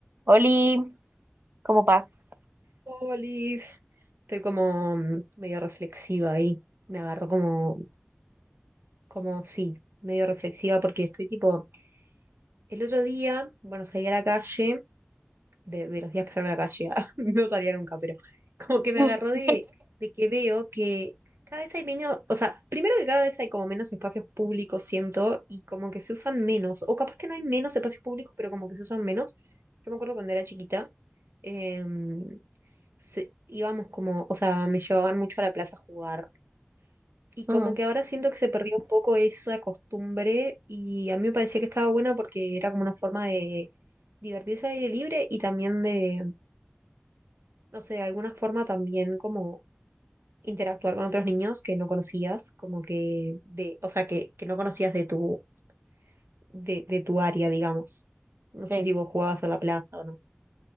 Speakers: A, on the right; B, on the right.
A: Oli, ¿cómo vas?
B: Polis. Estoy como mm, medio reflexiva ahí. Me agarró como, como sí, medio reflexiva porque estoy tipo, el otro día, bueno, salí a la calle, de, de los días que salgo a la calle, <laughs> ah, no salía nunca, pero como
A: <laughs>
B: que me agarró de, de que veo que cada vez hay menos, o sea, primero que cada vez hay como menos espacios públicos, siento, y como que se usan menos, o capaz que no hay menos espacios públicos, pero como que se usan menos. Yo me acuerdo cuando era chiquita. em, se- íbamos como, o sea, me llevaban mucho a la plaza a jugar. Y
A: Mm,
B: como que ahora siento que se perdió un poco esa costumbre y a mí me parecía que estaba buena porque era como una forma de divertirse al aire libre y también de, no sé, de alguna forma también como interactuar con otros niños que no conocías, como que de, o sea, que, que no conocías de tu, de, de tu área, digamos. No
A: sí.
B: sé si vos jugabas a la plaza o no.